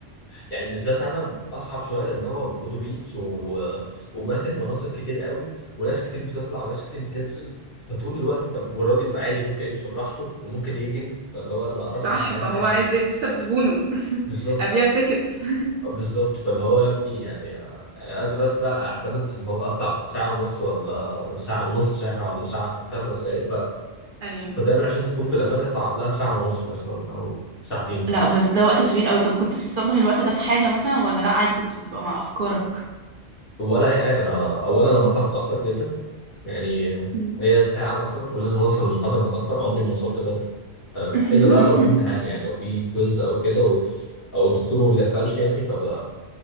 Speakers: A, on the left; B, on the right.
A: يعني بالذات انا اصعب شويه لان هو اتوبيس و... وماسك مناطق كتير قوي وناس كتير بتطلع وناس كتير بتنزل فطول الوقت انت والراجل عادي ممكن يمشي براحته وممكن يجري فاللي هو انا ما اعرفش
B: صح
A: انت عايز
B: فهو
A: تعمل
B: عايز
A: ايه
B: يكسب زبونه <laughs>
A: بالظبط
B: أبيع تيكتس
A: بالظبط فاللي هو يا ابني يعني يعني انا دلوقتي بقى اعتمد اللي هو اطلع ساعه ونص ولا ساعه ونص ساعه ولا ساعه فاهم ازاي
B: <laughs> أيوه
A: ودايما عشان تكون في الامان اطلع قبلها بساعه ونص مثلا او ساعتين مثلا
B: لا بس ده وقت طويل قوي طب كنت بتستخدم الوقت ده في حاجة مثلا ولا لا عادي كنت بتبقى مع أفكارك
A: ولا اي حاجه انا اولا انا بطلع متاخر جدا يعني
B: مم.
A: هي ساعه مثلا ولازم اوصل للمحاضره متاخر عمري ما وصلت بدري تمام
B: <laughs>
A: الا بقى لو في امتحان يعني لو في كويز او كده و... او الدكتور ما بيدخلش يعني فبقى,